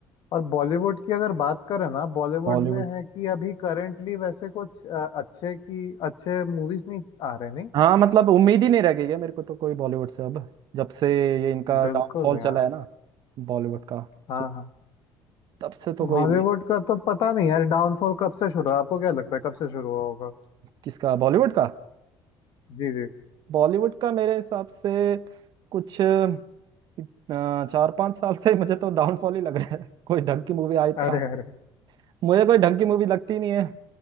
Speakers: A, on the left; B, on the right.
A: और बॉलीवुड की अगर बात करें ना बॉलीवुड
B: बॉलीवुड
A: में है कि अभी करेंटली वैसे कुछ अ, अच्छे की अच्छे मूवीज नहीं आ रहे नहीं
B: हाँ मतलब उम्मीद ही नहीं रह गई है मेरे को तो कोई बॉलीवुड से अब जब से ये इनका
A: बिल्कुल
B: डाउनफॉल चला
A: यार
B: है ना बॉलीवुड का
A: हाँ
B: सो
A: हाँ
B: तब से तो कोई
A: हॉलीवुड
B: उम्मीद
A: का तो पता नहीं यार डाउनफॉल कब से शुरू हुआ? आपको क्या लगता है कब से शुरू हुआ होगा
B: किसका बॉलीवुड का
A: जी जी
B: बॉलीवुड का मेरे हिसाब से कुछ अ, चार पांच साल से मुझे तो डाउनफॉल ही लग रहा है कोई ढंग की मूवी आई
A: अरे
B: आ-
A: अरे
B: मुझे कोई ढंग की मूवी लगती ही नहीं है